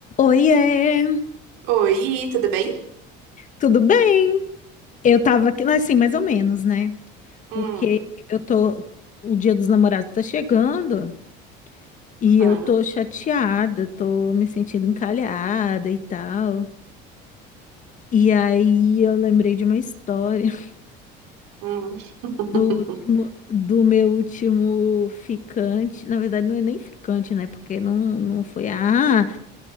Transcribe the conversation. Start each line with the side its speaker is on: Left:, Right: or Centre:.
Left: Oiê,
Right: Oi, tudo bem?
Left: tudo bem? Eu tava aqui, assim, mais ou menos, né?
Right: Hum,
Left: Porque eu tô, o Dia dos Namorados tá chegando e
Right: ah,
Left: eu tô chateada, tô me sentindo encalhada e tal. E aí eu lembrei de uma história <laughs>
Right: hum, <laughs>
Left: do último, do meu último ficante. Na verdade, não é nem ficante, né? Porque não, não foi, ah,